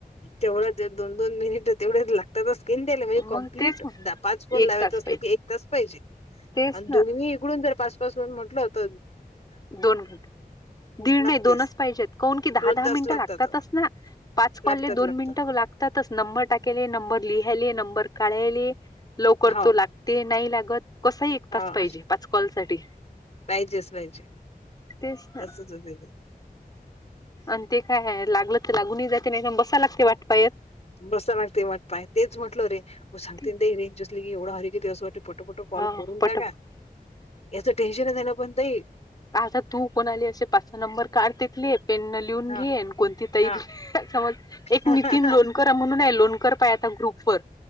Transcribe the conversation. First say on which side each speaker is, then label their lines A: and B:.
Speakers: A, on the left; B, on the left.
A: तेवढंच दोन दोन मिनिट तेवढे लागतातच. द्यायला म्हणजे कंप्लीट
B: मग तेच मग
A: द पाच पोन
B: एक
A: लावायचं
B: तास
A: असलं
B: पाहिजे
A: की एक तास पाहिजे.
B: तेच ना
A: दोन्ही इकडून जर पाचपाचं <unintelligible> म्हटल होत.
B: दोन दीड
A: लागतेच.
B: नाही दोनच पाहिजेत. कोन की दहा
A: दोन
B: दहा
A: तास
B: मिनिटं
A: लागतात
B: लागतातच ना पाच
A: लागतात
B: कॉलले दोन
A: लागतात
B: मिनटं लागतात. नंबर टाकीले नंबर लिहाले नंबर काढाले लवकर
A: हो
B: तो लाग. ते नाही लागत कसही एक
A: हो.
B: तास पाहिजे पाच कॉल साठी
A: पाहिजेच पाहिजे.
B: तेच ना.
A: तसच होते ते
B: आणि ते काय लागलं तर लागूनही जाते नाही बसाय लागते वाटपायत.
A: बसा लागते वाट पाय तेच म्हटलं रे ओ सांगते
B: ते-
A: ना ताई रेंज अससली की एवढं <unintelligible> कितीवाटत. पटोपट कॉल
B: हा
A: करून
B: पटापट
A: टाका याचं टेन्शनच नाही ना पणताई
B: आताा तू कोणा आली असे पाचसा नंबर काढ तेतले पेन न. लिहून
A: हा
B: घेन कोणती
A: हा
B: <unintelligible> समज. एक
A: हा
B: नितीन लोणकर म्हणून आहे लोणकर पाय आता ग्रुप व